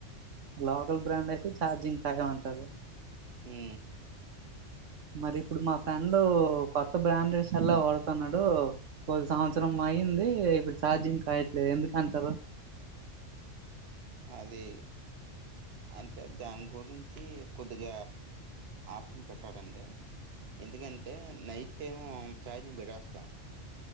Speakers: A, on the right; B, on the right.
A: లోకల్ బ్రాండ్ అయితే ఛార్జింగ్ కాయ అంటరు
B: ఉ ఊ
A: మరి ఇప్పుడు మా ఫ్రెండ కొత్త బ్రాండెడ్ సెల్లె వాడుతున్నాడు కొని సంవత్సరం
B: ఉమ్,
A: అయ్యింది ఇప్పుడు ఛార్జింగ్ కాయట్లేదు ఎందుకు అంటారు
B: అది అంటే దాని గురించి కొద్దిగ ఆఫ్ చేసి పెట్టాలండి ఎందుకంటే నైట్ టైం చార్జింగ్ పెట్టేస్తాం